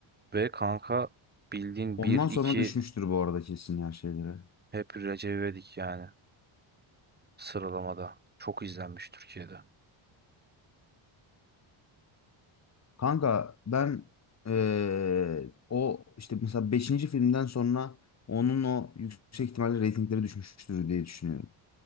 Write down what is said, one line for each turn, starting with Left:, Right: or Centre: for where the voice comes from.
Right: Ve kanka bildiğin
Left: Ondan
Right: bir
Left: sonra
Right: 2
Left: düşmüştür bu arada kesin ya şeylere.
Right: hep Recep İvedik yani sıralamada. Çok izlenmiş Türkiye'de.
Left: Kanka ben eee, o işte mesela beşinci filmden sonra onun o yüksek ihtimalle reytingleri düşmüştür diye düşünüyorum.